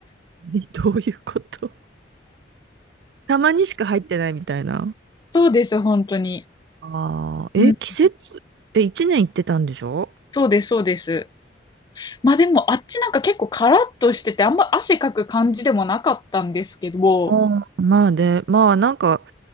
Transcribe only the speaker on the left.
そうです、本当に。
うん、
そうです、そうです。まあでも、あっちなんか結構カラッとしてて、あんま汗かく感じでもなかったんですけど、